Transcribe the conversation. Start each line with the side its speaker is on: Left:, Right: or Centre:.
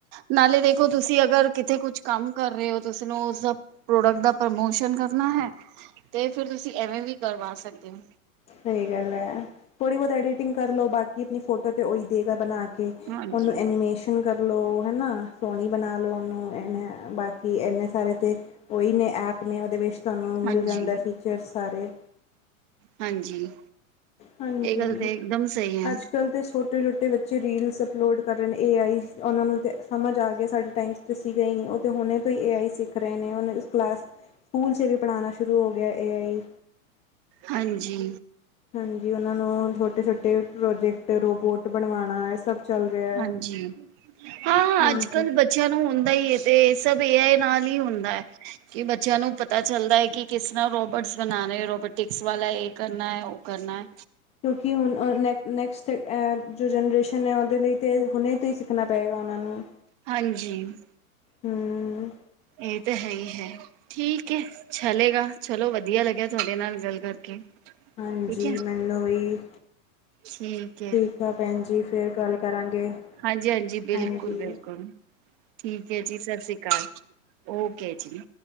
Right: ਨਾਲੇ ਦੇਖੋ ਤੁਸੀਂ ਅਗਰ ਕਿੱਥੇ ਕੁਛ ਕੰਮ ਕਰ ਰਹੇ ਹੋ ਤੁਸੀਂ ਨਾ ਉਹ ਸਭ ਪ੍ਰੋਡਕਟ ਦਾ ਪ੍ਰਮੋਸ਼ਨ ਕਰਨਾ ਹੈ, ਤੇ ਫਿਰ ਤੁਸੀਂ ਐਵੇਂ ਵੀ ਕਰਵਾ ਸਕਦੇ ਹੋ।
Left: ਸਹੀ ਗੱਲ ੲੈ, ਥੋੜ੍ਹੀ ਬਹੁਤ ਐਡੀਟਿੰਗ ਕਰ ਲਉ ਬਾਕੀ ਆਪਣੀ ਫੋਟੋ ਤੇ ਉਹੀ ਦੇਗਾ ਬਣਾ ਕੇ।
Right: ਹਾਂਜੀ
Left: ਉਹਨੂੰ ਐਨੀਮੇਸ਼ਨ ਕਰ ਲਉ ਹੇਨਾ, ਸੋਹਣੀ ਬਣਾ ਲਉ ਉਹਨੂੰ, ਬਾਕੀ ਕਿ ਇੰਨੇ ਸਾਰੇ ਤੇ, ਉਹੀ ਨੇ ਐਪ ਨੇ ਉਹਦੇ ਵਿੱਚ ਤੁਹਾਨੂੰ ਮਿਲ
Right: ਹਾਂਜੀ
Left: ਜਾਂਦਾ ਫੀਚਰਸ ਸਾਰੇ।
Right: ਹਾਂਜੀ
Left: ਹਾਂਜੀ
Right: ਇਹ ਗੱਲ ਤਾਂ ਇਕਦਮ ਸਹੀ ਹੈ
Left: ਅੱਜ ਕਲ ਦੇ ਛੋਟੇ ਛੋ ਟੇ ਬੱਚੇ ਰੀਲਸ ਅਪਲੋਡ ਕਰ ਰਹੇ ਨੇ ਏ ਆਈ ਉਹਨਾਂ ਨੂੰ ਤੇ ਸਮਝ ਆ ਗਿਆ ਸਾਡੇ ਟਾਈਮਸ ਤੇ ਸੀਂ ਗਈ, ਉਹ ਤਾਂ ਹੁਣੇ ਤੋਂ ਹੀ ਏ-ਆਈ ਸਿੱਖ ਰਹੇ ਨੇ ਉਹਨੂੰ ਕਲਾਸ ਸਕੂਲ ਚ ਵੀ ਪੜ੍ਹਾਣਾ ਸ਼ੁਰੂ ਹੋ ਗਿਆ ਏ ਆਈ।
Right: ਹਾਂਜੀ
Left: ਹਾਂਜੀ ਉਹਨਾਂ ਨੂੰ ਛੋਟੇ ਛੋਟੇ ਪ੍ਰੋਜੈਕਟ ਰੋਬੋਟ ਬਣਵਾਉਣਾ ਇਹ ਸਭ ਚੱਲ ਰਿਹਾ ਹੈ
Right: ਹਾਂਜੀ ਹਾਂ ਹਾਂ
Left: ਹਾਂਜੀ
Right: ਅੱਜ ਕੱਲ੍ਹ ਬ ਚਿਆਂ ਨੂੰ ਹੁੰਦਾ ਈ ਏ ਤੇ ਇਹ ਸਭ ਏ-ਆਇ ਨਾਲ ਹੀ ਹੁੰਦਾ ਐ। ਕਿ ਬੱਚਿਆਂ ਨੂੰ ਪਤਾ ਚੱਲਦਾ ਏ, ਕਿ ਕਿਸ ਤਰ੍ਹਾਂ ਰੋਬੋਟਸ ਬਣਾਨੇ ਏ, ਰੋਬੋਟਿਕਸ ਵਾਲਾ ਇਹ ਕਰਨਾ ਐ ਉਹ ਕਰਨਾ ਐ।
Left: ਕਿਉਂਕਿ ਹੁਣ ਅ ਨੈਕ-ਨੈਕਸਟ ੲੈ ਜੋ ਜਨਰੇਸ਼ਨ ਐ ਉਹਦੇ ਲਈ ਤਾਂ ਹੁਣੇ ਤੋਂ ਹੀ ਸਿੱਖਣਾ ਪਏਗਾ ਉਹਨਾਂ ਨੂੰ।
Right: ਹਾਂਜੀ,
Left: ਹਮ
Right: ਇਹ ਤੇ ਹੇ ਹੀ ਹੈ। ਠੀਕ ਐ, ਚਲੇਗਾ ਚਲੋ ਵਧੀਆ ਲੱਗਿਆ ਤੁਹਾਡੇ ਨਾਲ ਗੱਲ ਕਰਕੇ।
Left: ਹਾਂਜੀ,
Right: ਠੀਕ ਹੈ
Left: ਮੈਨੂ ਵੀ।
Right: ਠੀਕ ਐ।
Left: ਠੀਕ ਐ ਭੈਣ ਜੀ ਫੇਰ ਗੱਲ ਕਰਾਂਗੇ।
Right: ਹਾਂਜੀ-ਹਾਂਜੀ, ਬਿਲਕੁਲ
Left: ਹਾਂਜੀ
Right: ਬਿਲਕੁਲ, ਠੀਕ ਐ ਜੀ, ਸਤਿ ਸ੍ਰੀ ਅਕਾਲ। ਓਕੇ ਜੀ।